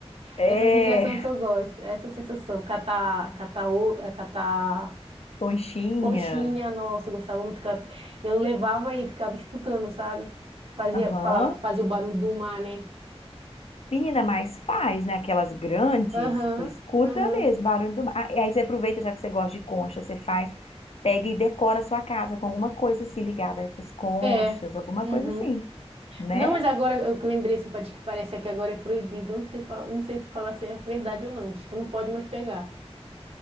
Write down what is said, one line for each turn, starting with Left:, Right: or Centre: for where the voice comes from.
Left: É,
Right: Essa sensação que eu gosto. Essa sensação, catar, catar, o- é, catar
Left: conchinha.
Right: Conchinha, nossa, eu gostava muito. que ela- Eu levava e ficava escutando, sabe? Fazia,
Left: Aham.
Right: falava que fazia o barulho do mar, né?
Left: Menina, mas faz, né? Aquelas grandes,
Right: Aham,
Left: você escuta
Right: aham.
Left: mesmo barulho do mar. Ah, e Aí você aproveita, já que você gosta de concha, você faz, pega e decora a sua casa com alguma coisa assim ligada a essas conchas,
Right: É.
Left: alguma
Right: Uhum.
Left: coisa assim, né?
Right: Não, mas agora eu que lembrei assim, pá, diz que parece que agora é proibido. Eu Não sei, fala- eu não sei se falar se é verdade ou não. Diz que não pode mais pegar.